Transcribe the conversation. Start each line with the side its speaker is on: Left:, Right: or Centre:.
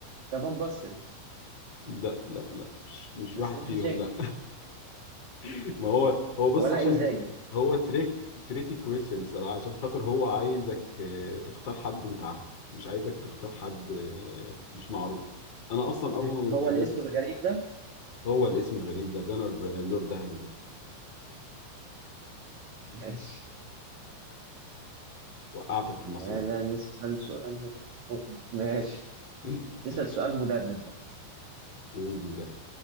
Right: ده فان باستن
Left: لا لا لا مش مش
Right: بس
Left: واحد
Right: شيفنشينكو
Left: فيهم لا <laughs> ما هو هو بص
Right: ولا
Left: عشان
Right: انزاجي
Left: هو تريك تريك كويشن صراحة عشان خاطر هو عايزك آه، تختار حد انت عارفه مش عايزك تختار حد آه، مش معروف انا اصلا
Right: يعني
Left: اول
Right: هو
Left: يعني
Right: الاسم الغريب ده
Left: هو الاسم الغريب ده جنر آه، نور دهل ده
Right: ماشي.
Left: وقعتك في
Right: تعالى
Left: المصيدة
Right: نسأل سؤال ماشي
Left: <laughs>
Right: نسأل سؤال مدرب بقى.
Left: والمدرب